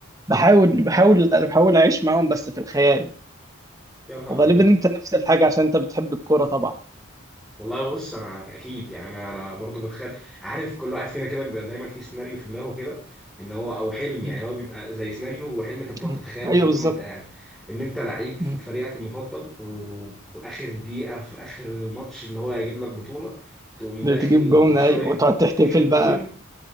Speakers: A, on the right (about 15°); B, in the centre.
A: بحاول بحاول بحاول اعيش معاهم بس في الخيال
B: يا نهار
A: وغالبا
B: ابيض
A: انت نفس الحاجه عشان انت بتحب الكوره طبعا
B: والله بص انا اكيد يعني انا انا برضه بتخيل عارف كل واحد فينا كده بيبقى دايما في سيناريو في دماغه كده ان هو او حلم يعني
A: مم.
B: هو بيبقى زي سيناريو وحلم انت بتقعد
A: مم.
B: تتخيله
A: ايوه
B: كده طول
A: بالظبط
B: ما انت قاعد ان انت لعيب في
A: مم.
B: فريقك المفضل وفي اخر دقيقه في اخر الماتش اللي هو هيجيب لك بطوله تقوم داخل
A: بتجيب جون
B: شايط
A: ايوه وتقعد تحتفل
B: تجيب جون
A: بقى